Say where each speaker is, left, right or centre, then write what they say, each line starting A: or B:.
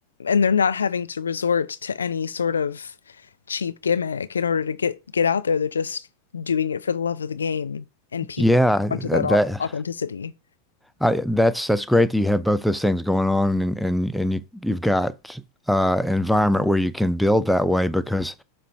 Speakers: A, on the left (about 70°); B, in the centre.
A: and they're not having to resort to any sort of cheap gimmick in order to get get out there. They're just doing it for the love of the game, and people
B: Yeah.
A: are onto
B: That,
A: that au-
B: that
A: authenticity.
B: I that's that's great that you have both those things going on and and and you you've got uh an environment where you can build that way because